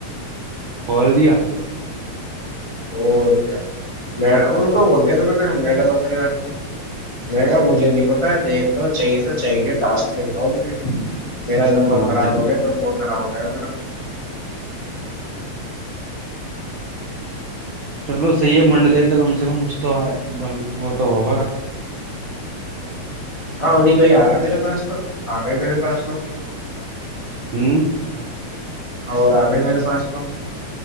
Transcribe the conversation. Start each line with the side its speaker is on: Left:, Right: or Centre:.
Right: اورل دیا <unintelligible>
Left: اور کیا مم ان کو بول د تو میڈم اپنے والی کوا مجھے نہیں پتا دیکھ لو چاہیے تو چاہیے ٹاسک د گاؤ مجھے میرا نمبر
Right: اور
Left: خراب
Right: کیا
Left: ہو گیا تو بول با ہو رہ میرا <unintelligible>
Right: چلو صحیح ہے منڈ گئے تو کم سے کم اس توئے ب وہ تو ہوگا
Left: ہاں ان نہیںیں کہئی آ رہا ہے میرے پاس تو آ گئے میرے پاس میں
Right: ہوں
Left: اور آ گئے میرے پاس تو